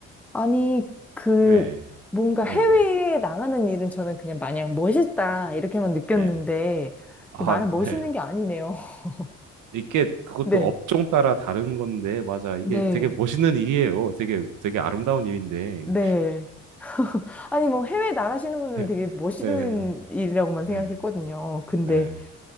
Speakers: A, in the centre; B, on the right.
A: 아니, 그,
B: 네.
A: 뭔가
B: 네네.
A: 해외에 나가는 일은 저는 그냥 마냥 멋있다, 이렇게만 느꼈는데,
B: 네. 아,
A: 이게 마냥 멋있는
B: 네.
A: 게 아니네요. <laughs>
B: 이게 그것도
A: 네,
B: 업종 따라 다른 건데, 맞아. 이게
A: 네,
B: 되게 멋있는 일이에요. 되게, 되게 아름다운 일인데.
A: 네. 아니, 뭐 해외 나가시는 분들은
B: 예,
A: 되게 멋있는
B: 예,
A: 일이라고만 생각했거든요.
B: 예.
A: 근데
B: 예.